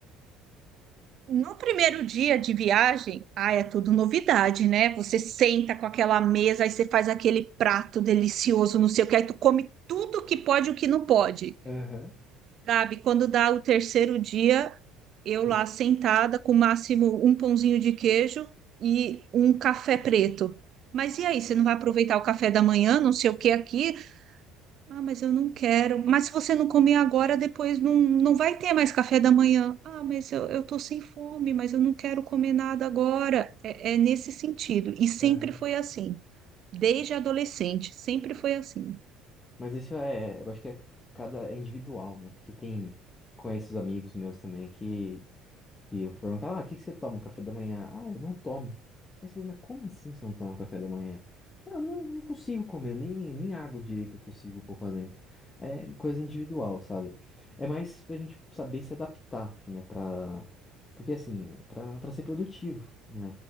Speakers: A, on the right; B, on the left.
A: No primeiro dia de viagem, ah, é tudo novidade, né? Você senta com aquela mesa, aí você faz aquele prato delicioso, não sei o que, aí tu come tudo que pode e o que não pode.
B: Aham,
A: sabe quando dá o terceiro dia, eu
B: e-
A: lá sentada com o máximo um pãozinho de queijo e um café preto. Mas e aí, você não vai aproveitar o café da manhã, não sei o que aqui, Ah, mas eu não quero. Mas se você não comer agora, depois não, não vai ter mais café da manhã. Ah, mas eu, eu tô sem fome, mas eu não quero comer nada agora. É, é nesse sentido. E sempre
B: aham.
A: foi assim. Desde adolescente, sempre foi assim.
B: Mas isso é, eu acho que é cada é individual, né? Porque tem, conheço os amigos meus também que, que eu perguntava, ah, o que que você toma, café da manhã? Ah, eu não tomo. Aí você pergunta, mas como assim você não toma café da manhã? Ah, eu não, não consigo comer, nem, nem água direito eu consigo pôr pra dentro. É coisa individual, sabe? É mais pra gente saber se adaptar, né? Pra, porque assim, pra, pra ser produtivo, né?